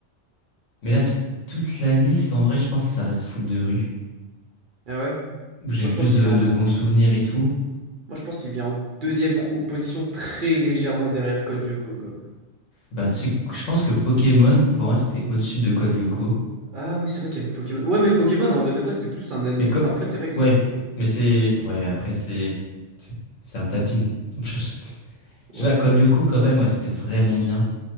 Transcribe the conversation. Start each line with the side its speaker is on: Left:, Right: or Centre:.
Left: mais là de toute la liste, en vrai, je pense que ça reste foot de rue.
Right: Ah ouais?
Left: où j'ai
Right: Moi
Left: le
Right: je
Left: plus
Right: pense qu'il
Left: de,
Right: vient en,
Left: de bons souvenirs et tout,
Right: moi je pense qu'il vient en deuxième pro- position très légèrement derrière Code Lyoko, quoi.
Left: bah, tu sais, je pense que Pokémon, pour moi, c'était au-dessus de Code Lyoko.
Right: Ah oui, c'est vrai qu'il y avait Pokémon. Ouais, mais Pokémon, en vrai de vrai, c'est plus un animé.
Left: Mais co-
Right: Enfin, après, c'est vrai que
Left: ouais,
Right: c'est.
Left: mais c'est... Ouais, après, c'est... C'est c'est un tapin. <laughs> Je
Right: Ouais.
Left: sais pas, Code Lyoko, quand même, ouais, c'était vraiment bien.